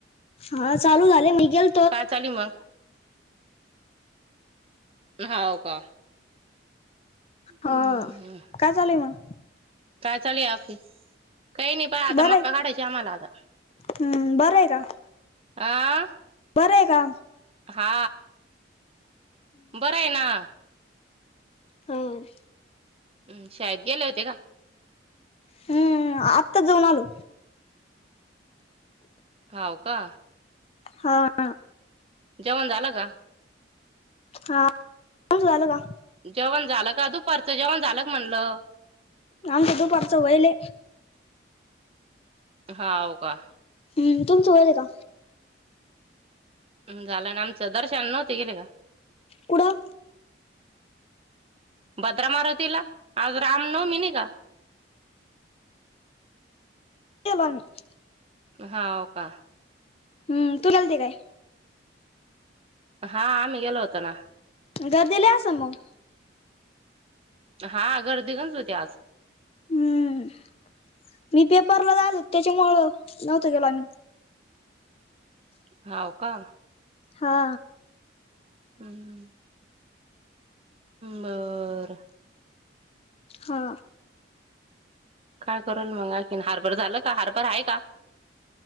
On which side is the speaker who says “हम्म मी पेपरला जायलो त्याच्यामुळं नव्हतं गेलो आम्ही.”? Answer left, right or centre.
Left